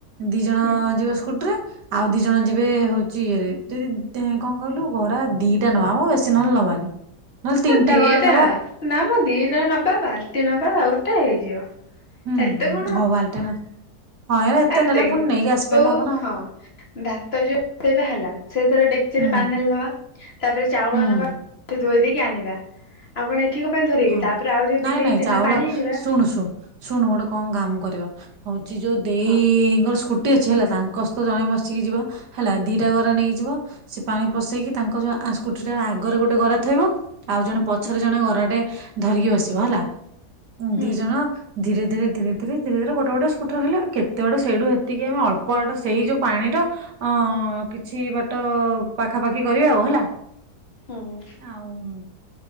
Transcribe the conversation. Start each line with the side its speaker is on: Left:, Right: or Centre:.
Right: ଦି ଜଣ
Left: ହୁଁ।
Right: ଯିବ ସ୍କୁଟିରେ ଆଉ ଦି ଜଣ
Left: ହୁଁ।
Right: ଯିବେ ହଉ ଚି ଏରେ ଯଦିଦ୍ ଏଁ କଁ କଇଲୁ ଗରା ଦିଟା ନବା ମ ବେଶୀ ନହେଲେ ନବାନି? ନହେଲେ
Left: ହେ
Right: ତିନିଟା
Left: ଦିଟା
Right: ଗରା ନବା
Left: ନା ମ ଦିଟା ନବା ବାଲ୍ଟି ନବା ଆଉ ଗୋଟେ ହେଇଯିବ।
Right: ହୁଁ
Left: ଏତେ କଣ ହବ
Right: ହଉ ବାଲ୍ଟି ନା ହଁ ଏରା ଏତେ
Left: ଆରେ
Right: ନେଲେ
Left: ଦେଗେ
Right: ପୁଣି ନେଇକି ଆସିପାରିଲେ
Left: ଉ
Right: ହବ ନା ଆଉ
Left: ହଁ। ଭାତ ଯୋଉଥେରେ ହେଲା ସେଇଥେରେ ଡେକଚିରେ
Right: ହୁଁ
Left: ପାଣି ଢାଲିଦବା। ତାପରେ ଚାଉଳ
Right: ହୁଁ।
Left: ନବା <unintelligible> ଠୁ ଧୋଇ ଦେଇକି ଆଣିବା। ଆଉ କଣ ଏଠି କଁ ପାଣି ଧରବ
Right: ହଁ
Left: କି ତାପରେ ଆଉ ଯୋଉ
Right: ନାଇଁ
Left: ଦିଟା
Right: ନାଇଁ
Left: ତିନିଟା
Right: ଚାଉଳ
Left: ପାଣି ଆଣିବା।
Right: ଶୁଣୁ ଶୁଣୁ ଶୁଣୁ ଗୋଟେ କଁ କାମ କରିବା ହଉଚି ଯୋଉ ଦେଇଙ୍କ
Left: ହଁ
Right: ସ୍କୁ ଟି ଅଛି ହେଲା ତାଙ୍କ ସ୍ତ ଜଣେ ବସିକି ଯିବ ହେଲା ଦିଟା ଗରା ନେଇକି ଯିବ। ସିଏ ପାଣି ପସେଇକି ତାଙ୍କର ଆ ସ୍କୁଟିରେ ଆଗରେ ଗୋଟେ ଗରା ଥୋଇବ ଆଉ ଜଣେ ପଛରେ
Left: ହୁଁ
Right: ଜଣେ ଗରାଟେ ଧରିକି ବସିବ ହେଲା ଉଁ
Left: ହୁଁ
Right: ଦି ଜଣ ଧୀରେ ଧୀରେ ଧୀରେ ଧୀରେ ଧୀରେ ଧୀରେ ଗୋଟେ ଗୋଟେ ସ୍କୁଟିରେ ହେଲା କେତେ ବାଟ ସେଇଡୁ ସେତିକି ଅଳ୍ପ ବାଟ ସେଇ ଯୋଉ ପାଣିର ଅଁ କିଛି ବାଟ ପାଖାପାଖି କରିବା ଆଉ ହେଲା?
Left: ହୁଁ।
Right: ଆଉଁ ଉଁ